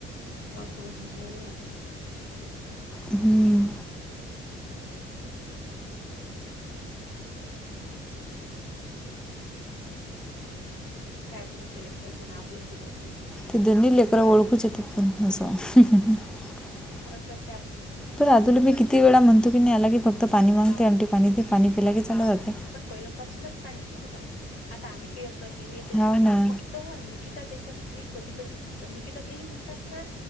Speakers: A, on the left (about 75°); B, in the centre.
A: तो मग म्हनेले
B: हम्म
A: काय कुणाच्या लेकराला म्हणा आपलंच धड नाही
B: ते दोन्ही लेकर ओळखूच येतात <inaudible>
A: मणून असं वाटते आपलं
B: पण अजूनला मी किती वेळा म्हणतो की नाही याला क फक्त पाणी मागते
A: हा
B: आण आणि पाणी ते पाणी पिला
A: पण
B: की चांला
A: हा
B: जाते
A: पण पहिल्यापासूनच कांचन बरं आता आम्ही काही असं हे नाही त्याच
B: हो ना
A: फक्त निकिता त्याच्या घरी कधी कधी निकिता तेही म्हणतात ना